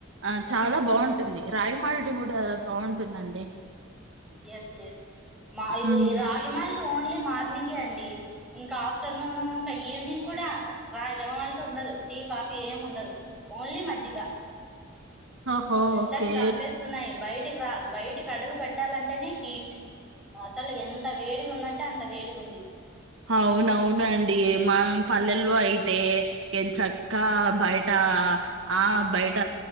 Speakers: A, on the right (about 70°); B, in the centre.
A: ఆ చాలా బాగుంటుంది రాగి మాల్ట్ కూడా బాగుంటుందండి
B: ఎస్ ఎస్ మా
A: హ్మ్.
B: రాగి మాల్ట్ ఓన్లీ మార్నింగే అండి ఇంకా ఆఫ్టర్నూన్ ఇంకా ఈవినింగ్ కూడా రాగి మాల్ట్ ఉండదు టీ కాఫీ ఏం ఉండదు ఓన్లీ మజ్జిగ
A: ఓహో
B: ఎండలు
A: ఓకే
B: చంపేస్తున్నాయి బయటికి రా బయటి టికీ అడుగు పెట్టాలంటేనే హీట్ అసలు ఎంత వేడిగా ఉందంటే అంత వేడిగా ఉంది
A: అవునవునండి మా పల్లెల్లో అయితే ఎంచక్క బయట ఆ బయట